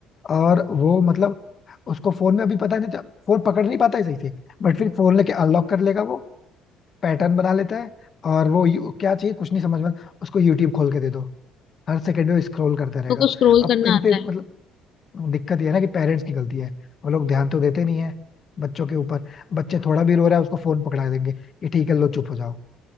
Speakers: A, on the left; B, on the left.
A: और वो मतलब उसको फोन में अभी पता नहीं फोन पकड़ नहीं पाता है सही से बट फिर फोन लेके अनलॉक कर लेगा वो पैटर्न बना लेता है और वो यू- क्या चाहिए कुछ नहीं समझ में आता, उसको यूट्यूब खोल के दे दो हर सेकंड में स्क्रॉल करता रहेगा
B: तो कुछ स्क्रोल
A: अब
B: करना
A: इन
B: आता
A: पे मतलब दिक्कत ये है ना कि पेरेंट्स की गलती है वो लोग ध्यान तो देते नहीं है बच्चों के ऊपर बच्चे थोड़ा भी रो रहा है उसको फोन पकड़ा देंगे कि ठीक है लो चुप हो जाओ